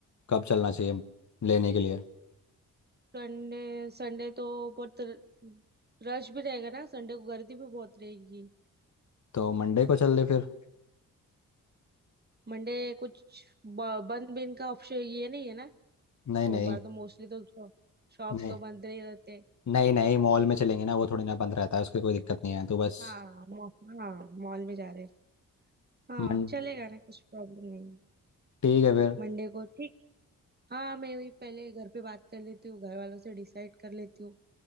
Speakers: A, on the left; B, on the right.
A: कब चलना चाहिए लेने के लिए
B: संडे संडे तो बहुत रश भी रहेगा ना संडे को गर्दी भी बहुत रहेगी
A: तो मंडे को चल ले फिर
B: मंडे कुछ ब- बंद भी इनका ऑप्शन ये नहीं है ना
A: नहीं
B: सोमवार
A: नहीं
B: तो मोस्टली तो शॉप्स
A: नहीं
B: तो बंद नहीं रहते हैं।
A: नहीं नहीं मॉल में चलेंगे ना वो थोड़ी ना बंद रहता है उसकी कोई दिक्कत नहीं है तो बस
B: हाँ मॉ- हाँ मॉल में जा रहे हैं हाँ
A: मन
B: चलेगा ना कुछ प्रॉब्लम नहीं है।
A: ठीक है फिर
B: मंडे को ठीक हाँ मैं वही पहले घर पे बात कर लेती हूँ घर वालों से डिसाइड कर लेती हूँ